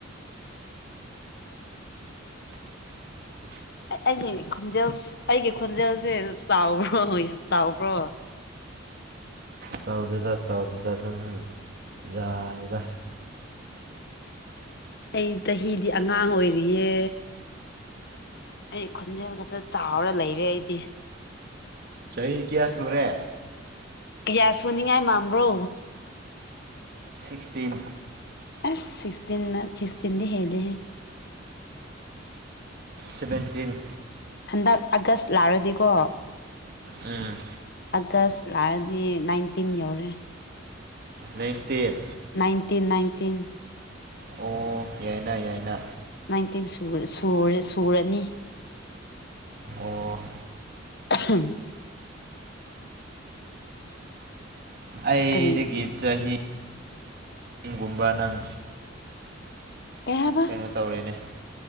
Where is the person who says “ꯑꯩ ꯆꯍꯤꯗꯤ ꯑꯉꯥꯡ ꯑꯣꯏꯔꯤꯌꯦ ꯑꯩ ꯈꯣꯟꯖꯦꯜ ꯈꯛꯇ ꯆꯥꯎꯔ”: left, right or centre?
Left